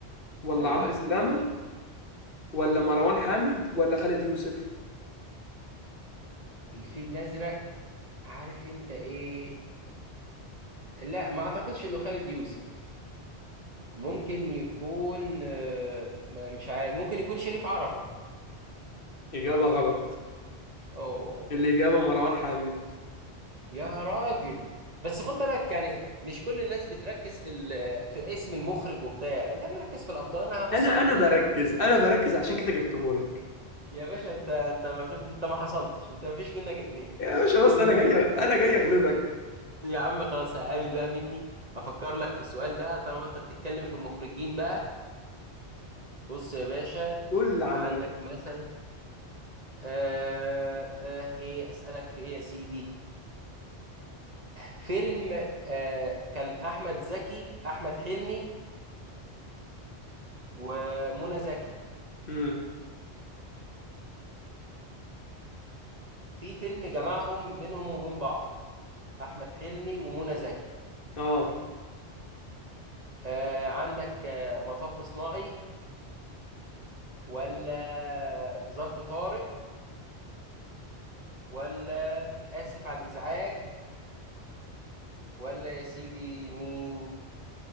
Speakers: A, on the left; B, on the right.
A: ولا
B: ايوه
A: عمرو سلامة ولا مروان حامد ولا خالد يوسف
B: الفيل الازرق عارف انت ايه لا ما اعتقدش انه خالد يوسف ممكن يكون آه، مش عارف ممكن يكون شريف عرفة
A: اجابه غلط
B: اوه
A: الاجابه مروان حامد
B: يا راجل بس خد بالك يعني مش كل الناس بتركز في ال- في اسم المخرج وبتاع يعني انت بنركز في الابطال انا هبص
A: انا
B: على
A: انا
B: مين
A: بركز
B: اللي اخرج الفيلم
A: انا بركز عشان كده جبتهولك
B: يا باشا انت انت ما في... انت ما حصلتش انت ما فيش منك اتنين
A: يا باشا بص
B: قول
A: انا
B: يا
A: جاي
B: عم باشا
A: انا جاي اغلبك
B: يا عم خلاص هقابل بقى مني افكر لك في سؤال بقى طالما انت بتتكلم في مخرجين بقى بص يا باشا
A: قول اللي عندك
B: عندك مثلا آه آه ايه اسالك في ايه يا سيدي فيلم آه كان احمد زكي احمد حلمي ومنى زكي
A: امم
B: في فيلم جمعهم بينهم وبين بعض احمد حلمي ومنى زكي
A: اه
B: آه عندك آه مطب صناعي ولا ظرف طارق ولا اسف على الازعاج ولا يا سيدي مين